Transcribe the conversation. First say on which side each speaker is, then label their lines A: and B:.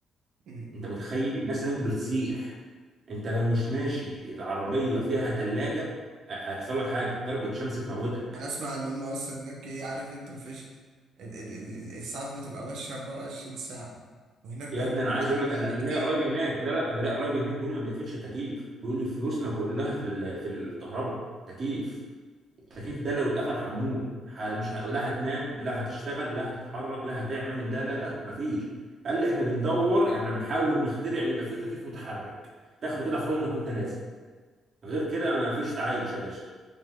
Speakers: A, on the right; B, on the right.
A: أمم.
B: انت متخيل الناس هناك بتسيح انت لو
A: أمم.
B: مش ماشي العربيه فيها ثلاجه هيحصل لك حاجه ضربه شمس تموتك
A: أنا أسمع إن هم أصلا هناك إيه عارف أنت مفيش ال- ال- ال- الإسعاف بتبقى ماشية 24 ساعة وهناك بياكلوا
B: يا ابني انا عايز
A: حليب
B: اقول
A: ملح
B: لك انا
A: كتير
B: انا ليا قرايبي هناك لا لا انا ليا قرايبي هناك بيقول لي ما بنقفلش التكييف بيقول لي فلوسنا كلها في ال- في الكهرباء تكييف التكييف ده لو اتقفل هنموت ح- مش ه... لا هتنام لا هتشتغل لا هتتحرك لا هتعمل لا لا لا مفيش قال لي احنا بندور يعني احنا بنحاول نخترع ان يبقى فيه تكييف متحرك تاخده كده في حضنك وانت نازل غير كده مفيش تعايش يا باشا